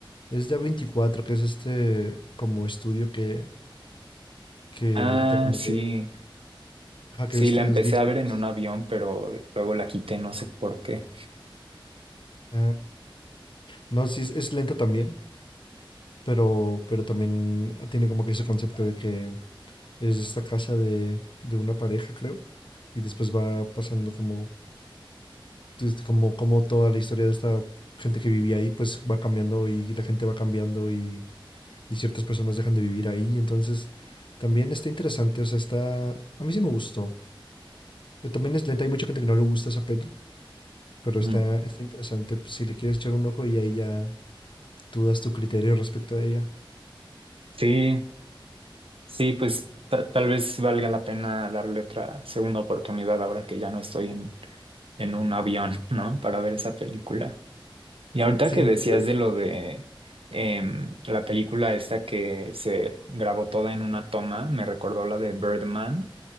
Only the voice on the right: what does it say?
Ah,
sí.
Sí,
la empecé
a
ver en un avión, pero luego la quité, no sé por qué.
Mm.
Sí, sí, pues ta- tal vez valga la pena darle otra segunda oportunidad ahora que ya no estoy en, en un avión, ¿no? Para ver esa película. Y ahorita
que
decías
de lo de em, la película esta que se grabó toda en una toma, me recordó la de Birdman.